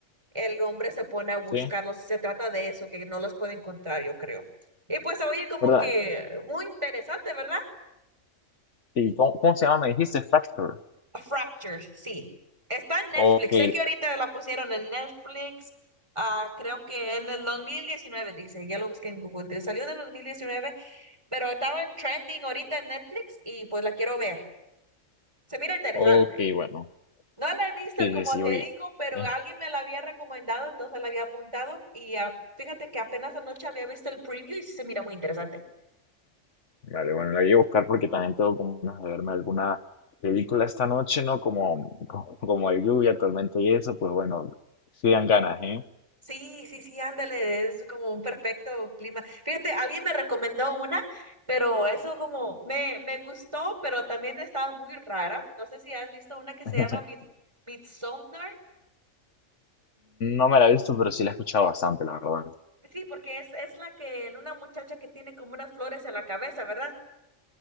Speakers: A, on the right; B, on the left.
A: el hombre se pone a buscarlos
B: sí.
A: y se trata de eso, que no los puede encontrar, yo creo. Y pues oye, como
B: ¿Verdad?
A: que muy interesante, ¿verdad?
B: ¿Y cómo, cómo se llama? Me dijiste Factor.
A: A Fractured, sí. Está en Netflix.
B: Ok,
A: Sé que ahorita la pusieron en Netflix. ah, creo que en el 2019 dice. Ya lo busqué en Google. de- Salió en el 2019, pero estaba en trending ahorita en Netflix y pues la quiero ver. Se mira interesante.
B: ok, bueno.
A: No la he visto,
B: Sí,
A: como
B: sí, sí,
A: te
B: oye.
A: digo, pero
B: eh,
A: alguien me la había recomendado, entonces la había apuntado y ah, fíjate que apenas anoche había visto el preview y sí se mira muy interesante.
B: Vale, bueno, la voy a buscar porque también tengo como ganas de verme alguna película esta noche, ¿no? Como, como, como hay lluvia, tormento y eso, pues bueno, sí dan ganas, ¿eh?
A: Sí, sí, sí, ándale, es como un perfecto clima. Fíjate, alguien me recomendó una, pero eso como me, me gustó, pero también estaba muy rara. No sé si has visto una que se
B: <laughs>
A: llama Mid Midsommar.
B: No me la he visto, pero sí la he escuchado bastante, la verdad.
A: Sí, porque es, es la que una muchacha que tiene como unas flores en la cabeza, ¿verdad?